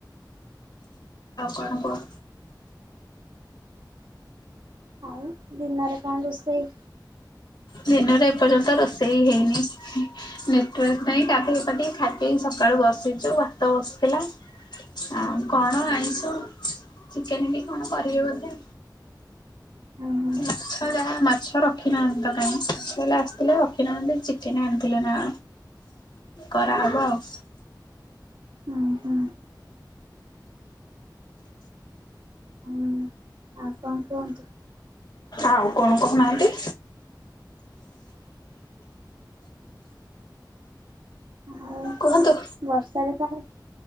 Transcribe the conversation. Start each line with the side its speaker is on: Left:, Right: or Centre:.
Left: କଣ କୁହ?
Right: ଆଉ ଦିନରେ କଣ ରୋଷେଇ?
Left: ଦିନରେ ଏପର୍ଯ୍ୟନ୍ତ ରୋଷେଇ ହେଇନି। ନେଟୱାର୍କ ପାଇଁ କାଧିକି କାଧିକି ଖାଇକି ସକାଳୁ ବସିଛୁ ଭାତ ବସିଥିଲା। ଆଉ କଣ ଆଣିଛୁ ଚିକେନ କି କଣ କରିବେ ବୋଧେ।
Right: ହୁଁ
Left: ମାଛ ଯାହା ମାଛ ରଖିନାହାନ୍ତି ତ କାଇହିଁକ ମାଛ ହେଲେ ଆସିଥିଲେ ରଖିନାହାନ୍ତି କେନା ଆଣିଥିଲେ ନା କରାହେବ ଆଉ।
Right: ହୁଁ ହୁଁ। ହୁଁ ଆଉ କଣ କୁହନ୍ତୁ।
Left: ଆଉ କଣ କହୁନାହାନ୍ତି।
Right: ଆଉ
Left: କୁହନ୍ତୁ।
Right: ବର୍ଷାରେ କଣ